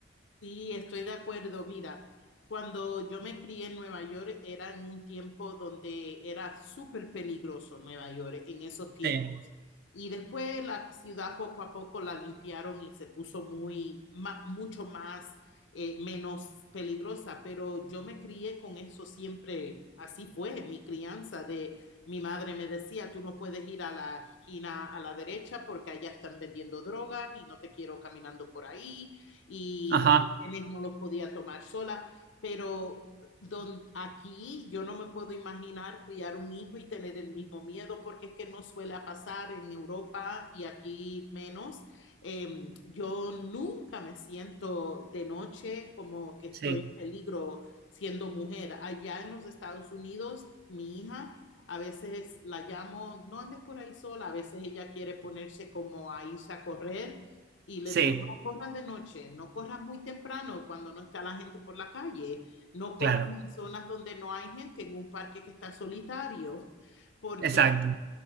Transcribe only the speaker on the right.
Sí,
ajá,
sí,
sí,
claro,
exacto.